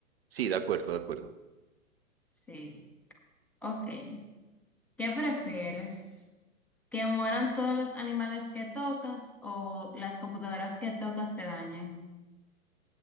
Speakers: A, on the right; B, in the centre.
A: Sí, de acuerdo, de acuerdo.
B: Sí. Ok. ¿Qué prefieres? ¿Que mueran todos los animales que tocas o las computadoras que tocas se dañen?